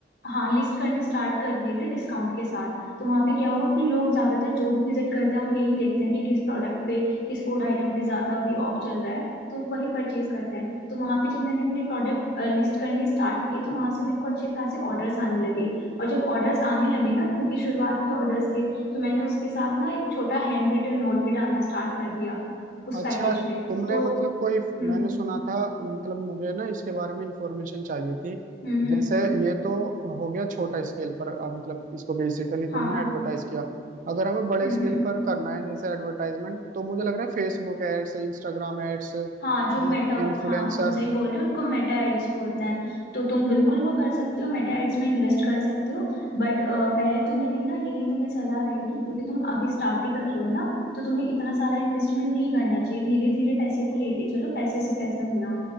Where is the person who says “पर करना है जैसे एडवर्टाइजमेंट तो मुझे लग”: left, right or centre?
Right